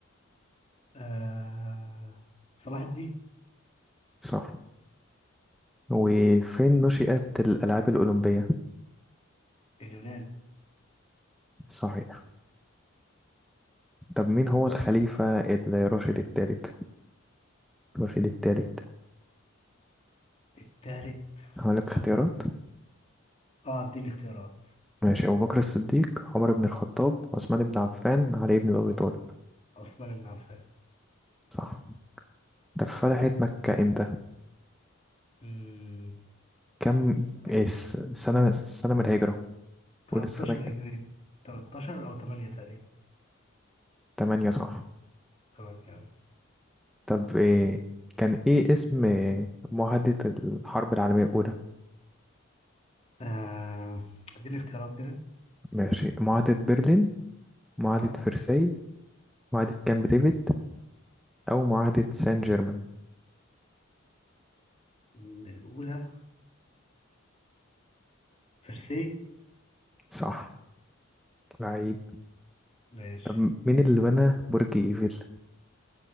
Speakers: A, on the left; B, in the centre.
A: آه صلاح الدين
B: صح وفين نشأت الألعاب الأولمبية
A: اليونان
B: صحيح طب مين هو الخليفة الراشد الثالث الراشد الثالث
A: التالت
B: هقولك اختيارات
A: خلاص. آه اديني اختيارات
B: ماشي أبو بكر الصديق عمر بن الخطاب عثمان بن عفان علي بن أبي
A: آه
B: طالب
A: عثمان بن عفان
B: صح طب فتحت مكة إمتى
A: مم.
B: كم
A: سنة
B: إيه الس- السنة السنة من الهجرة قول
A: 13
B: السنة كام
A: هجرية 13 أو 8 تقريبا
B: تمانية صح
A: 8
B: طب إيه كان إيه اسم إيه، معاهدة الحرب العالمية الأولى
A: أه آه، اديني اختيارات كده
B: ماشي معاهدة برلين معاهدة
A: اه
B: فرساي معاهدة كامب ديفيد أو معاهدة سان جيرمان
A: م- الأولى فرسي
B: صح لعيب
A: ماشي
B: طب مين اللي بنى برج إيفل